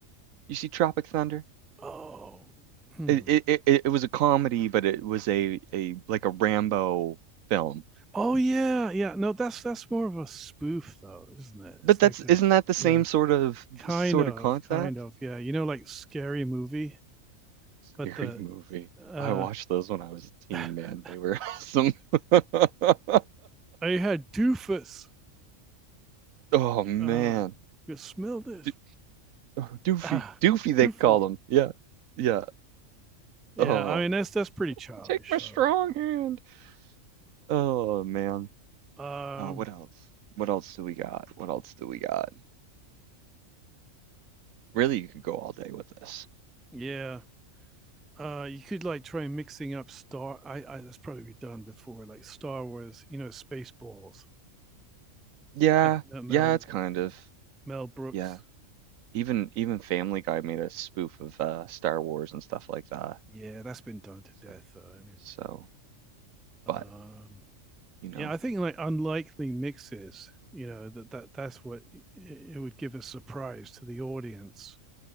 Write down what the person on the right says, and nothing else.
You see Tropic Thunder?
It it it, it- was a comedy, but it was a a like a Rambo film.
But
that's
isn't
that the same
sort of
sort
of concept?
Scary
movie.
I watched those when I was a teen,
man. They were <laughs> awesome. <laughs>
Oh man.
Do oh, Doofy.
Doofy they
call him. Yeah. Yeah.
Oh.
Take my strong
hand. Oh man.
Oh, what else? What else do we got? What else do we got? Really, you could go all day with this.
Yeah,
yeah, it's kind of.
Yeah. Even even Family Guy made a spoof of uh Star Wars and stuff like that.
So
so
but, you know,